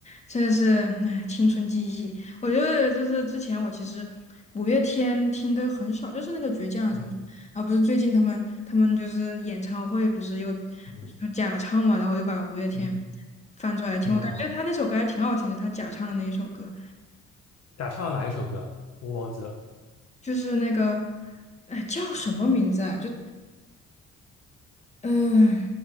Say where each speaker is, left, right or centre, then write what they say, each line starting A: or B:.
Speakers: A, on the left (about 20°); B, on the left (about 55°).
A: 这是哎青春记忆。我觉得就是之前我其实五月天听的很少，就是那个倔强啊什么什么，
B: <laughs> 嗯
A: 然后不是最近他们他们就是演唱会不是又就假唱嘛，
B: 嗯
A: 然后又把五月天
B: 嗯，
A: 翻出来听，
B: 那个
A: 我感觉他那首歌还挺好听的，他假唱的那一首歌，
B: 假唱的哪一首歌啊我忘记了。
A: 就是那个哎叫什么名字啊？就嗯、呃